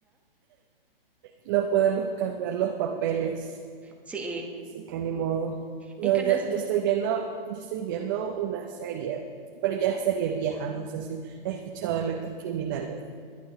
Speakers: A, on the right; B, in the centre.
A: No podemos cambiar los papeles.
B: Sí,
A: Así que ni modo. No,
B: es que
A: yo,
B: no es-
A: yo estoy viendo, yo estoy viendo una serie, pero ya es serie vieja, no sé si has escuchado de Mentes Criminales.